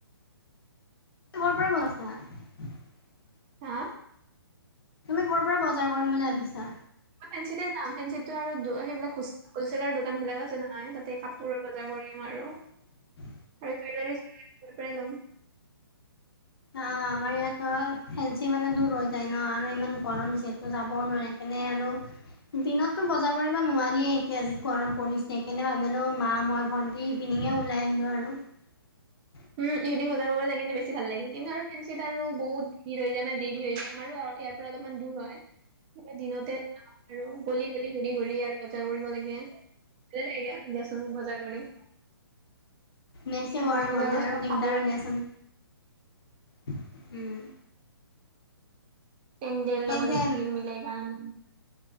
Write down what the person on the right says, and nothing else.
হা?
মই ফেঞ্চিতে যাম, ফেঞ্চিত টো আৰু সেইবিলাক হলচেলৰ দোকান বিলাক আছে নহয়? তাতে কাপোৰৰ বজাৰ কৰিম। নোৱাৰো
আৰু এই <unintelligible> পৰাই লম।
উম ইভিনিং বজাৰ কৰিব যায় কিন্তু বেছি ভাল লাগে। কিন্তু আৰু ফেঞ্চি আৰু বহুত ভিৰ হৈ যায় মানে দেৰি হৈ যায় আমাৰো আৰু ইয়াৰ পৰা অলপমান দূৰ হয়। দিনতে যে আৰু গলি-গলি ঘূৰি-ঘূৰি আৰু বজাৰ কৰিব লাগে। ভালে লাগে দিয়াচোন বজাৰ কৰি।
তাৰপিছত
চব
কাপোৰ
চেণ্ডেল ল'ব
লাগ গ মিলাই কাৰণে।